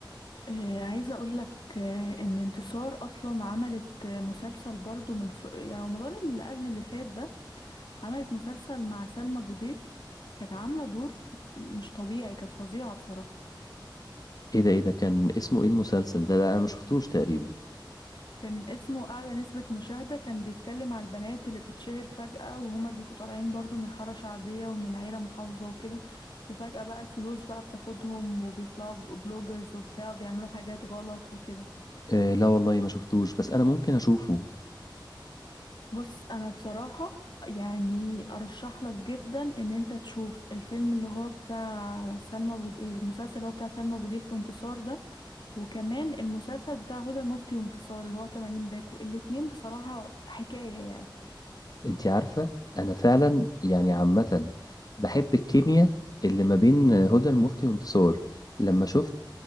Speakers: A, on the left (about 65°); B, on the left (about 50°).
A: آه عايزة أقول لك آه إن انتصار أصلا عملت آه، مسلسل برضه من ف... يعني رمضان اللي قبل اللي فات ده عملت مسلسل مع سلمى أبو ضيف كانت عاملة دور مش طبيعي كانت فظيعة بصراحة
B: ايه ده ايه ده كان اسمه ايه المسلسل ده لا انا ما شفتوش تقريبا
A: كان اسمه أعلى نسبة مشاهدة كان بيتكلم على البنات اللي بتتشهر فجأة وهما بيبقوا طالعين برضو من حارة شعبية ومن عيلة محافظة وكده وفجأة بقى الفلوس بقى بتاخدهم وبيطلعوا بيبقوا بلوجرز وبتاع وبيعملوا حاجات غلط وكده
B: آه لا والله ما شفتوش بس انا ممكن اشوفه
A: بص أنا بصراحة يعني أرشح لك جدا إن أنت تشوف الفيلم اللي هو بتاع سلمى بود... المسلسل اللي هو بتاع سلمى أبو ضيف وانتصار ده وكمان المسلسل بتاع هدى المفتي وانتصار اللي هو 80 باكو الاتنين بصراحة حكاية يعني
B: انت عارفة انا فعلا يعني عامة بحب الكيمياء اللي ما بين هدى المفتي وانتصار لما شفت